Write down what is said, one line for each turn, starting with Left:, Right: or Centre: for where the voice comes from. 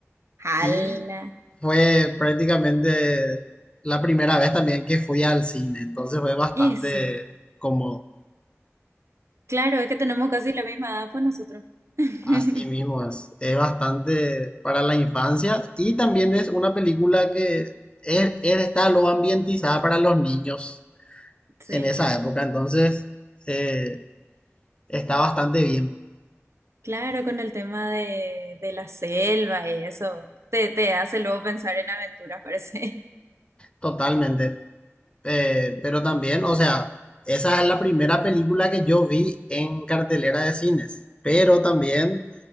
Right: ¡Hala!
Left: y fue prácticamente la primera vez también que fui al cine, entonces fue bastante
Right: Y sí,
Left: como
Right: claro, es que tenemos casi la misma edad, pues nosotros. <laughs>
Left: así mismo, es, es bastante para la infancia y también es una película que es- es- está lo ambientizada para los niños
Right: Sí,
Left: en esa época, entonces eh, está bastante bien.
Right: claro, con el tema de, de la selva y eso, te, te hace luego pensar en aventuras, parece.
Left: Totalmente. Eh, pero también, o sea, esa es la primera película que yo vi en cartelera de cines. Pero también